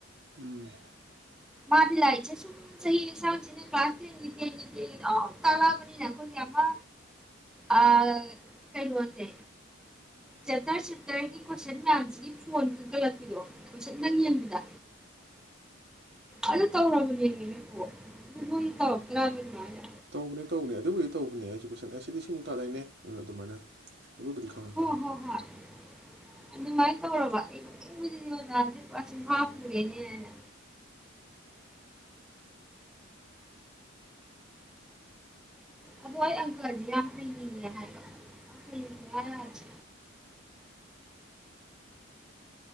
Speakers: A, on the right; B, in the centre.
A: ꯎꯝ
B: ꯃꯥꯗꯤ ꯂꯥꯏꯔꯤꯛꯁꯦ ꯁꯨꯝꯝ ꯆꯍꯤ ꯂꯤꯁꯪ ꯁꯤꯠꯅ ꯀꯂ꯭ꯥꯁ ꯇꯦꯟꯒꯤ ꯇꯦꯟꯒꯤ ꯇꯦꯟꯒꯤ ꯑꯗꯨꯝ ꯇꯛꯂꯛ ꯑꯕꯅꯤꯅꯥ ꯑꯩꯈꯣꯢꯒꯤ ꯑꯃꯥ ꯑꯥ ꯀꯩꯅꯣꯁꯦ ꯆꯦꯞꯇꯔ ꯁꯦꯞꯇꯔꯒꯤ ꯀꯣꯏꯁꯟ ꯃꯌꯥꯝꯁꯤꯒꯤ ꯐꯣꯟ ꯈꯟꯒꯠꯂꯛꯄꯤꯗꯣ ꯀꯣꯏꯁꯟ ꯇꯪ ꯌꯦꯡꯕꯤꯗ ꯑꯗꯨ ꯇꯧꯔꯕꯅꯦꯃꯤ ꯅꯕꯣ ꯑꯗꯨ ꯅꯣꯏ ꯇꯧꯔꯛꯇ꯭ꯔꯕ ꯑꯗꯨꯃꯥꯏꯅ
A: ꯇꯧꯅꯤ ꯇꯧꯕꯅꯤ ꯑꯗꯨꯕꯨꯗꯤ ꯇꯧꯕꯅꯤ ꯑꯩꯁꯨ ꯀꯣꯏꯁꯟ ꯑꯁꯤ ꯁꯤ ꯕꯤ ꯑꯦꯁ ꯁꯤ ꯑꯃꯨꯝ ꯇꯥꯛꯑꯝꯃꯦ ꯑꯗꯨꯃꯥꯢꯅ ꯑꯗꯨꯕꯨꯗꯤ ꯈꯪꯉꯛꯄꯅꯦ
B: ꯍꯣꯏ ꯍꯣꯢ ꯍꯣꯏ ꯑꯗꯨꯃꯥꯏꯅ ꯇꯧꯔꯕ ꯑꯩꯏꯗꯤ ꯅꯣꯛꯅꯤꯡꯕꯁꯤ ꯑꯣꯖꯥꯥꯁꯤ ꯄꯨꯔ ꯆꯤꯝꯐ ꯄꯨꯔꯦꯅ ꯑꯗꯣ ꯑꯩ ꯑꯪꯀꯁꯦ ꯌꯥꯝ ꯍꯩꯅꯤꯡꯉꯦ ꯍꯥꯏꯕ ꯍꯩꯌꯨ ꯁꯨꯡꯌꯥ ꯌꯥꯗꯦ